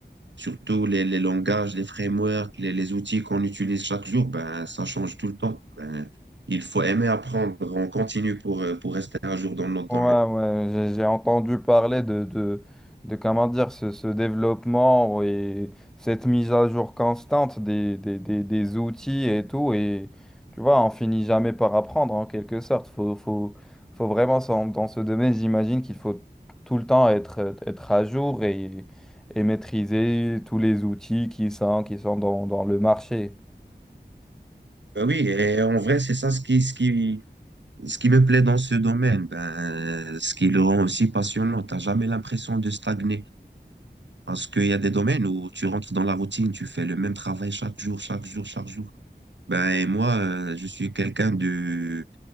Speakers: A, on the right; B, in the centre.
A: Surtout les, les langages, les frameworks, les, les outils qu'on utilise chaque jour, ben, ça change tout le temps. Ben, il faut aimer apprendre. On continue pour, euh, pour rester à jour dans notre
B: Ouais,
A: domaine.
B: ouais, j'ai j'ai entendu parler de, de, de comment dire, ce, ce développement et cette mise à jour constante des, des, des, des outils et tout. Et tu vois, on finit jamais par apprendre en quelque sorte. Faut, faut, faut vraiment, s'en- dans ce domaine, j'imagine qu'il faut tout le temps être, être à jour et, et maîtriser tous les outils qui sont, qui sont dans, dans le marché.
A: Ben oui, et en vrai, c'est ça ce qui, ce qui, Ce qui me plaît dans ce domaine, ben, ce qui le rend aussi passionnant, t'as jamais l'impression de stagner. Parce qu'il y a des domaines où tu rentres dans la routine, tu fais le même travail chaque jour, chaque jour, chaque jour. Ben, et moi, euh, je suis quelqu'un de...